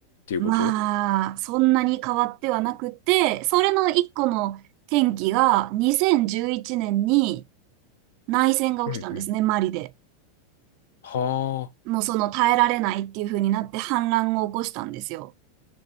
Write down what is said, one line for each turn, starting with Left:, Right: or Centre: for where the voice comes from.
Left: ていうこと
Right: まあ、そんなに変わってはなくて、それの一個の転機が2011年に内戦が起きたんですね、
Left: うんうん
Right: マリで。
Left: はあ、は
Right: もうその耐えられないっていう風になって反乱を起こしたんですよ。